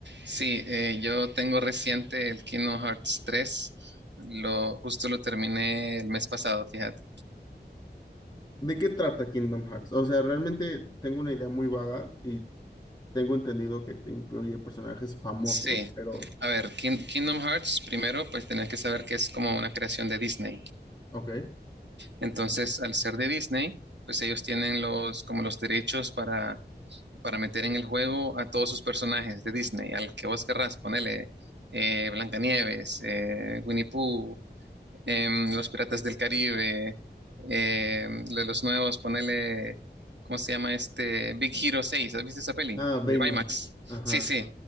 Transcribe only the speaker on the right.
sí, eh, yo tengo reciente el Kingdom Hearts 3, lo, justo lo terminé el mes pasado, fíjate.
Sí,
a ver, Kin- Kingdom Hearts, primero, pues tenés que saber que es como una creación de Disney.
Entonces, al ser de Disney, pues ellos tienen los, como los derechos para, para meter en el juego a todos sus personajes de Disney, al que vos querrás, ponele eh, Blancanieves, eh, Winnie Pooh, em, los Piratas del Caribe, em, de los nuevos, ponele, ¿cómo se llama este? Big Hero seis, ¿has visto esa peli?
De Baymax.
Sí, sí,